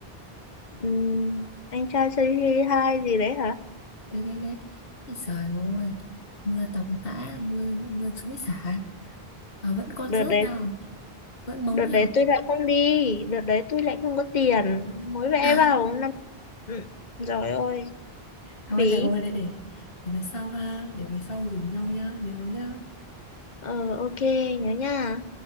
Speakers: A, on the left; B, on the left.
A: Ừm, anh trai say hi hai gì đấy hả?
B: đấy đấy đấy Ôi trời ơi mưa tầm tã mưa mưa xối xả mà vẫn concert
A: Đợt đấy,
B: nha vẫn mấu
A: đợt đấy
B: nhở
A: tôi lại không đi, đợt đấy tôi lại không có tiền. Mới vẽ
B: <laughs>
A: vào năm. Ừ. Rồi ôi,
B: thôi
A: phí.
B: được rồi để để để lần sau ha để về sau rủ nhau nhá nhớ nhá
A: Ờ ok nhớ nha.